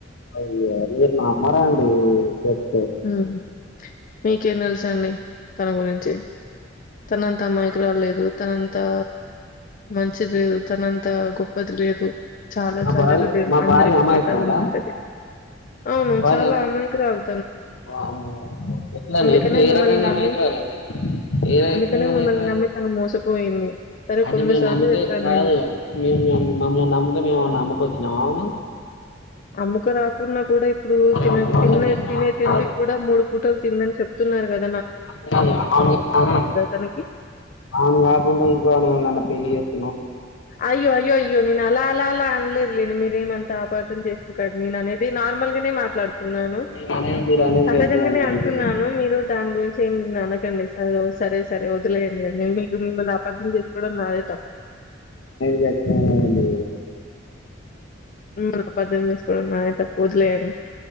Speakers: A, on the left; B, on the left.
A: అయ్యా మీరు నమ్మరండి చెప్
B: మ్ మీకేం తెలుసండి తన గురించి తనంతా మైక్రో లేదు తనంతా మంచిది లేదు తనంత గొప్పది లేదు చాలా
A: మా
B: చాలా
A: భార్య
B: హృదయం
A: మా
B: అందరికీ
A: భార్య అమాయకురాలా
B: పెట్టాలనుకుంటది అవును
A: మా భార్య
B: చాలా అమాయికరాలు
A: వామ్మో ఎట్లండి
B: అందుకనే
A: ఎట్ల ఏ
B: మిమ్మల్ని
A: రకంగా
B: నమ్మి
A: అమాయికురాలండి ఏ రకంగా
B: అందుకనే
A: అమయికురాలు
B: మిమ్మల్ని నమ్మి తను మోసపోయింది సరే
A: అంటే
B: కొంద
A: మేము
B: సార్లు
A: నమ్మితే
B: చెప్పాను
A: కాదు
B: నేను
A: మేము మమ్మల్ని నమ్మితే మేమేమన్నా అమ్ముకొచ్చినామా
B: అమ్ముక రాకున్నా కూడా ఇప్పుడు
A: మనం
B: తిన
A: ఏమన్నా
B: తిన్న
A: మోసం చేసినామా
B: తినే తిండి
A: కాదు
B: కూడా మూడు పూటలు తిందని చెప్త తున్నారు కద
A: అదికాదు ఆహా
B: తనకి
A: ఆమెనికాకుండ ఇంకెవల్నన పెళ్ళి చేసు
B: అయ్యో అయ్యో అయ్యయో నేన అలాఅలాఅన మీరేమంతా ఆపార్ధం చేసుకోకండి నేను అనేది నార్మల్ గానే మాట్లాడుతున్నాను
A: మీరు అనేది మీరు అనేది
B: సహజంగానే
A: గట్టినే ఉన్నదండి
B: అంటున్నాను మీరు దాని గురించి ఏమి అన టెన్ మినిట్స్ అ సరే సరే వదిలేడిం మేం మీకు మిమల్ని అపార్థం చేసుకోవడం నాదే తప్పు
A: గట్టడి
B: మ అద్ధం చేసుకోవడం నా తప్పు వదిలేయని